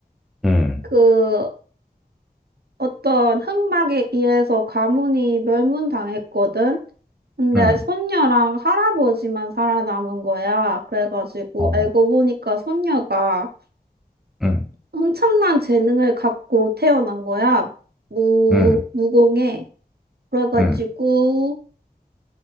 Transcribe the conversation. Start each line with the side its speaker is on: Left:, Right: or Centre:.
Centre: 음,
Right: 그 어떤 흑막에 의해서 가문이 멸문당했거든. 근데
Centre: 음,
Right: 손녀랑 할아버지만 살아남은 거야. 그래가지고
Centre: 어,
Right: 알고 보니까 손녀가
Centre: 음,
Right: 엄청난 재능을 갖고 태어난 거야. 무,
Centre: 음,
Right: 무공해. 그래가지고
Centre: 음.